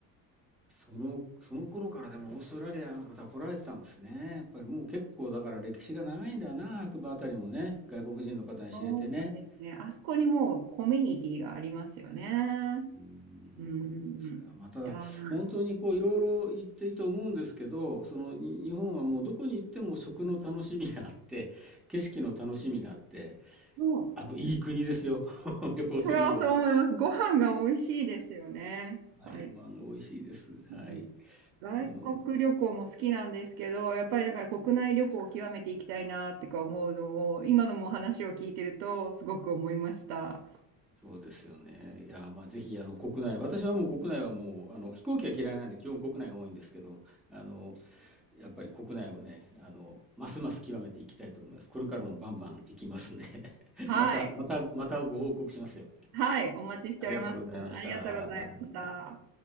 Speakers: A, in the centre; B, on the right.
A: その、その頃からでもオーストラリアの方来られてたんですね。やっぱりもう結構だから歴史が長いんだな、白馬あたりもね、外国人の方に知れてね。
B: そうですね。あそこにもうコミュニティがありますよね。
A: うー
B: うん。
A: ん、そうですか。まあ、ただ、
B: いやなんか
A: 本当にこう、いろいろ言っていいと思うんですけど、その、に日本はもうどこに行っても食の楽しみがあって、景色の楽しみがあって、
B: そう
A: あの、いい国ですよ。<laughs> 旅行するには。
B: それはそう思います。ご飯が美味しいですよね。
A: はい。
B: やっぱり、
A: ご飯が美味しいです。はい。
B: うん、外国旅行も好きなんですけど、
A: あの、
B: やっぱりだから国内旅行を極めていきたいなってか思うのを、今のもお話を聞いてるとすごく思いました。
A: そうですよね。いや、まあ、ぜひ、あの、国内、私はもう国内はもう、あの、飛行機は嫌いなんで、基本国内が多いんですけど、あの、やっぱり国内をね、あの、ますます極めていきたいと思います。これからもバンバン行きますんで <laughs>
B: はい。
A: また、また、またご報告しますよ。
B: はい。お待ちしております。
A: ありがとうございました。
B: ありがとうございました。